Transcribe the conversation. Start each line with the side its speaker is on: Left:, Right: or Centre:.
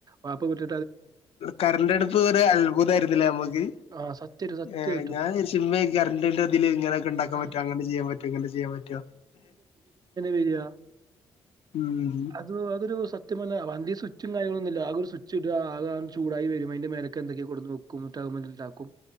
Right: വാപ്പ വീട്ടി
Left: കറണ്ട് അടുപ്പ് ഒരു അത്ഭുതായിരുന്നില്ലേ നമ്മക്ക്
Right: ആഹ് സത്യായിട്ടും സത്യായിട്ടും.
Left: ഏഹ് ഞാൻ വിചാരിച്ചു ഇമ്മേ കറണ്ടിന്റെതില് ഇങ്ങനെക്കെ ഉണ്ടാക്കാൻ
Right: ആഹ്
Left: പറ്റോ അങ്ങനെ ചെയ്യാൻ പറ്റൊ റ്റോ ഇങ്ങനെ ചെയ്യാൻ പറ്റോ
Right: വരിയ
Left: ഉം
Right: അത് അതൊരു സത്യം പറഞ്ഞ വന്തി സ്വിച്ചും കാര്യങ്ങളൊന്നില്ല ആകെ ഒരു സ്വി ച്ചിടാ ആകെ അണ് ചൂടായി വരുമ്പോ അയ്ന്റെ മേലക്ക് എന്തൊക്കെ കൊട്ന്ന് വെക്കും എന്നിട്ട് അയ്മൽ ഇണ്ടാക്കും